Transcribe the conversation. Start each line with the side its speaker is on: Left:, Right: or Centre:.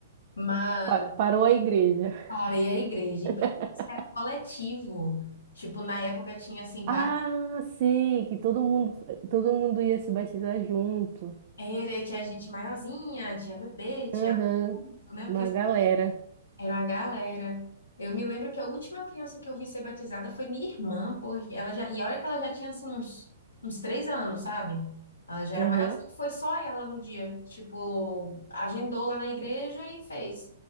Left: mas
Right: Pa- Parou a igreja.
Left: parei a igreja. E
Right: <laughs>
Left: parece era coletivo. Tipo, na época tinha assim
Right: Ah,
Left: várias.
Right: sei, que todo mundo, todo mundo ia se batizar junto.
Left: Era, tinha gente maiorzinha, tinha bebê, tinha,
Right: Aham,
Left: adulto, né?
Right: uma
Left: Porque
Right: galera.
Left: Era uma galera. Eu me lembro que a última criança que eu vi ser batizada foi minha irmã, porque ela já, e olha que ela já tinha assim uns, uns três anos, sabe? Ela já era
Right: Aham.
Left: maior, foi só ela no dia. Tipo, agendou lá na igreja e fez.